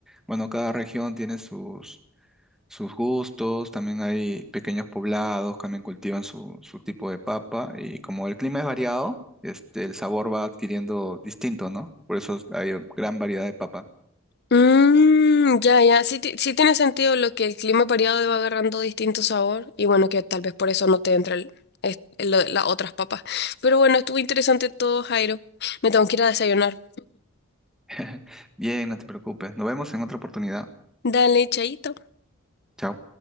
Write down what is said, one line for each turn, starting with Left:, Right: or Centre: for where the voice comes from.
Centre: bueno, cada región tiene sus sus gustos, también hay pequeños poblados, también cultivan su, su tipo de papa y como el clima es variado, este, el sabor va adquiriendo distinto, ¿no? Por eso hay gran variedad de papa.
Left: Mm, ya, ya. Sí, ti- sí tiene sentido lo que el clima variado va agarrando distinto sabor y bueno, que tal vez por eso no te entra el, es- lo- las otras papas. Pero bueno, estuvo interesante todo, Jairo. Me tengo que ir a desayunar.
Centre: <laughs> Bien, no te preocupes. Nos vemos en otra oportunidad.
Left: Dale, chaito.
Centre: Chao.